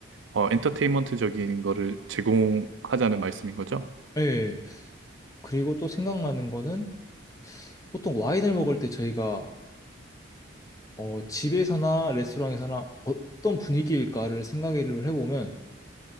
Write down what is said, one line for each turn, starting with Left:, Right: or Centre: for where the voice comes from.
Right: 어 엔터테인먼트적인 거를 제공하자는 말씀인 거죠.
Left: 예. 그리고 또 생각나는 거는 보통 와인을 먹을 때 저희가 어, 집에서나 레스토랑에서나 어떤 분위기일까를 생각을 해보면